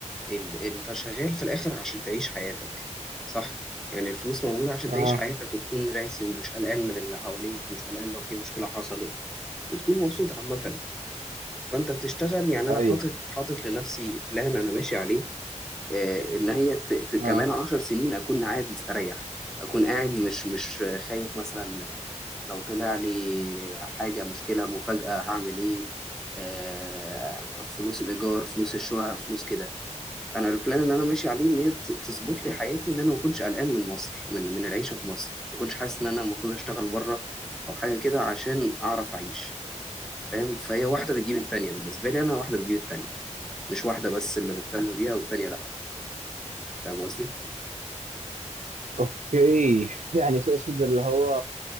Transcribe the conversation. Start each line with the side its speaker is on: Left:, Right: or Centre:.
Centre: ال... انت شغال في الاخر عشان تعيش حياتك صح يعني الفلوس موجوده عشان
Right: اه
Centre: تعيش حياتك وتكون راسي ومش قلقان من اللي حواليك ومش قلقان لو في مشكله حصلت وتكون مبسوط عامه فانت بتشتغل يعني انا
Right: اي
Centre: حاطط حاطط لنفسي بلان انا ماشي عليه آه، ان هي ت... ت... كمان
Right: اه
Centre: عشر سنين اكون قاعد مستريح اكون قاعد مش مش خايف مثلا لو طلع لي حاجه مشكله مفاجاه هعمل ايه آه، فلوس الايجار فلوس الشقه فلوس كده انا البلان اللي انا ماشي عليه ان هي ت- تظبط لي حياتي ان انا ما اكونش قلقان من مصر من من العيشه في مصر ما اكونش حاسس ان انا المفروض اشتغل بره او حاجه كده عشان اعرف اعيش فاهم فهي واحده بتجيب التانيه بالنسبه لي انا واحده بتجيب التانيه مش واحده بس اللي مهتمه بيها والتانيه لا فاهم قصدي
Right: اوكي يعني تقصد اللي هو